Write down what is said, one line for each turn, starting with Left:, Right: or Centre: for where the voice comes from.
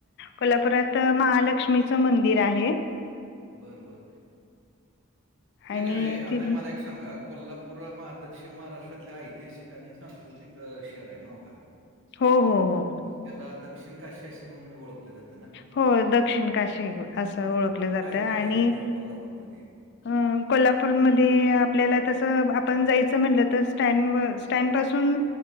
Left: कोल्हापुरात महालक्ष्मीच मंदिर आहे.
Right: बर-बर ते
Left: आणि
Right: नव्हे आता
Left: ति
Right: मला एक सांगा. कोल्हापूर दक्षिण महाराष्ट्रातल्या ऐतिहासिक आणि सांस्कृतिक शहर आहे ना. हो का.
Left: हो हो हो.
Right: मग त्याला दक्षिण काशीअसे म्हणून मी ओळखत ल्या जात ना,
Left: हो दक्षिण काशी असं
Right: बर
Left: ओळखलं
Right: बर
Left: जातं
Right: काय? काय
Left: आणि
Right: आहे? तिथ कोल्हापूरमध्ये.
Left: अ कोल्हापूरमध्ये आपल्याला तस आपण जायच म्हटल तर स्टँडवर स्टँड पासून